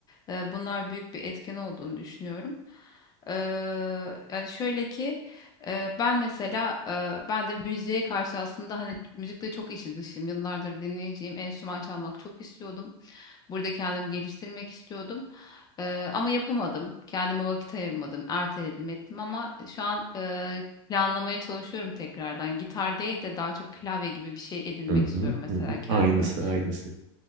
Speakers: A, on the left; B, on the right.
A: E, bunlar büyük bir etken olduğunu düşünüyorum. E, yani şöyle ki e, ben mesela e, ben de müziğe karşı aslında hani müzikle çok içi dışım. Yıllardır dinleyeceğim enstrüman çalmak çok istiyordum. Burada kendimi geliştirmek istiyordum. Eee, ama yapamadım. Kendime vakit ayırmadım. Erteledim ettim ama şu an eee, planlamaya çalışıyorum tekrardan. Gitar değil de daha çok klavye gibi bir şey edinmek
B: Hı
A: istiyorum
B: hı,
A: mesela
B: hı hı.
A: kendime.
B: Aynısı aynısı.